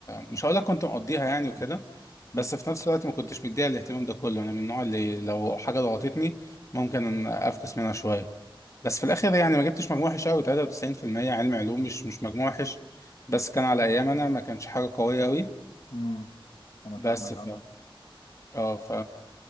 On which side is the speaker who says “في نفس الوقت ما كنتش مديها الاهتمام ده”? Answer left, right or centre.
Left